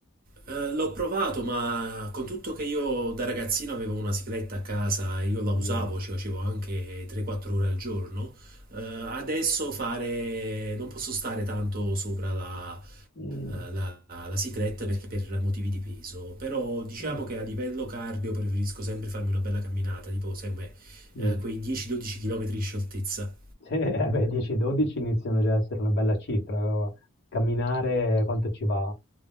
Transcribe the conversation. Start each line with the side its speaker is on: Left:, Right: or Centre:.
Right: Eh, l'ho provato, ma con tutto che io da ragazzino avevo una sigletta a casa e io la usavo,
Left: Mm.
Right: ci facevo anche 3-4 ore al giorno. eh, adesso fare non posso stare tanto sopra la,
Left: Mm.
Right: eh, la, la sigletta perché per motivi di peso. Però diciamo
Left: Mm.
Right: che a livello cardio preferisco sempre farmi una bella camminata, tipo, sai com'è,
Left: Mm.
Right: eh, quei 10-12 km in scioltezza.
Left: Sì, <laughs> eh beh, 10-12 iniziano già a essere una bella cifra. Camminare quanto ci va?